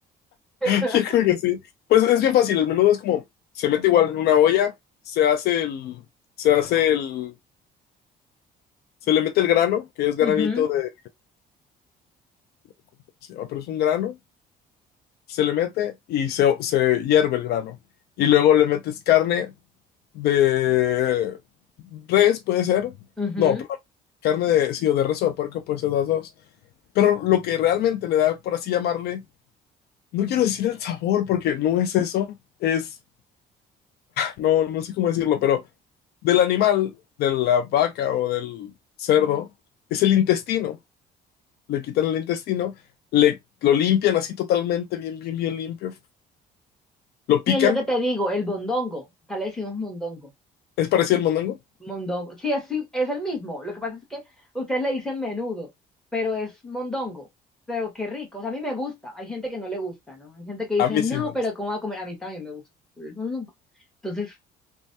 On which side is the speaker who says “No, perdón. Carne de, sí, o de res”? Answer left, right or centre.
Left